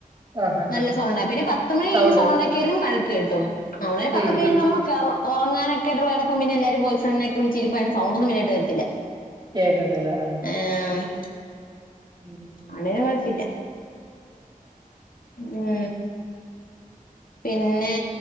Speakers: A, on the right; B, on the left.
A: ആ ഹാ ഹാ
B: നല്ല സൗണ്ട പിന്നെ പത്ത് മണി കഴിഞ്ഞ്
A: സൗണ്ട്
B: സൗണ്ടുണ്ടാക്കിയാലും വഴക്ക് കിട്ടും നമ്മള്ന്നെ പത്തൊക്ക
A: ഉം
B: കഴിഞ്ഞ
A: ഉം
B: നമ്മ ക്ക ഉറങ്ങാനക്കെട്ടുള്ള ഇടപ്പ പിന്നെ എല്ലാരും ബോയ്ഫ്രണ്ടിനെക്കെ വിളിച്ചിരിപ്പായിരുന്നു സൗണ്ട്ന്നുംല്ലിയട്ട് വരുത്തില്ല
A: കേക്കത്തില്ല ആഹ്
B: ആഹ്
A: ഉം ഉം
B: അങ്ങനെ കൊഴപ്പില്ല ഉം പിന്നെ